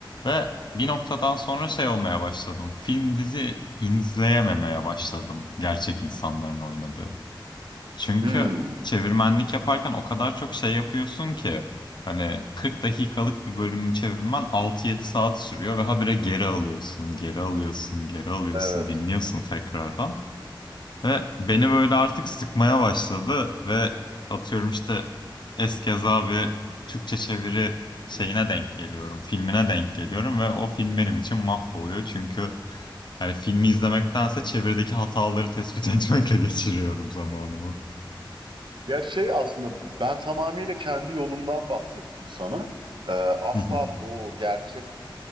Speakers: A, on the left (about 60°); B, on the right (about 70°).
A: Ve bir noktadan sonra şey olmaya başladım. Film dizi izleyememeye başladım gerçek insanların oynadığı. Çünkü
B: Hmm,
A: çevirmenlik yaparken o kadar çok şey yapıyorsun ki hani 40 dakikalık bir bölümü çevirmen 6-7 saat sürüyor ve habire geri alıyorsun, geri alıyorsun, geri alıyorsun,
B: evet.
A: dinliyorsun tekrardan. Ve beni böyle artık sıkmaya başladı ve atıyorum işte Eskeza bir Türkçe çeviri şeyine denk geliyorum, filmine denk geliyorum ve o film benim için mahvoluyor çünkü hani filmi izlemektense çevirideki hataları tespit <laughs> etmekle geçiriyorum zamanımı.
B: Ya şey aslında ben tamamıyla kendi yolumdan bahsettim sana. Ee, asla
A: <laughs>
B: bu gerçek